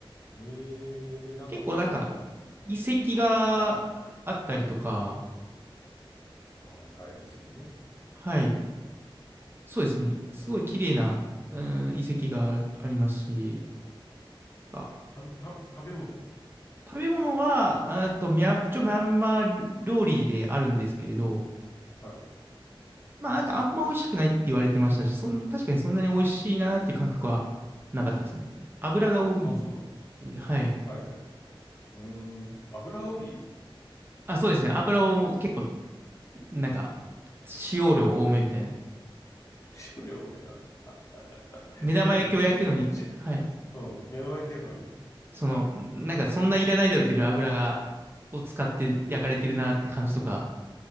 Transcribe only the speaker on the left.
えー、なんかピンとこないね。
はいはい、遺跡ね。
うん。
た、た、食べ物
ははい。
ああ、そうなんだ。
はいはい。うん。油が多い
<laughs> 少量多めなんだ。あ
え、じゃあね、中、中、
うん、目の前焼き焼くのに